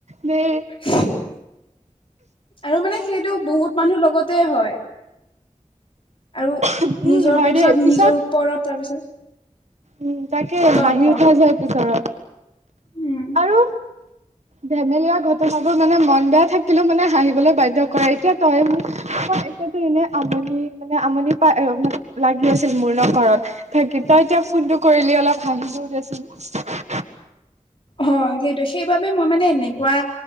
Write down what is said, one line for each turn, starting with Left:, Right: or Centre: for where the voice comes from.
Right: দে
Left: <unintelligible> আৰু মানে সেইটো বহুত মানুহ লগতে হয় আৰু
Right: উম,
Left: নিজৰ
Right: হয়
Left: বিবিছাত
Right: দেই পিছত
Left: নিজৰ ওপৰত তাৰপিছত
Right: উম তাকে
Left: ক
Right: হাঁহি
Left: ক
Right: উঠা যায় পিছৰত
Left: উম
Right: আৰু ধেমেলীয়া ঘটনাবোৰ মানে মন বেয়া থাকিলেও মানে হাঁহিবলৈ বাধ্য কৰায় এতিয়া তই মোক মই এতিয়াতো এনে আমনি মানে আমনি পাই মান লাগি আছিল মোৰ ন ঘৰত থাকি তই এতিয়া ফোনটো কৰিলি অলপ হাঁহিলো দেচোন
Left: হয় সেইটোৱে সেইবাবে মই মানে এনেকুৱা